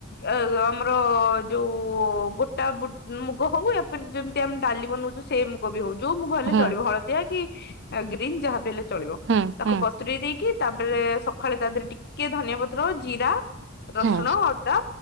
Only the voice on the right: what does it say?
ହୁଁ
ହୁଁ
ହୁଁ
ହୁଁ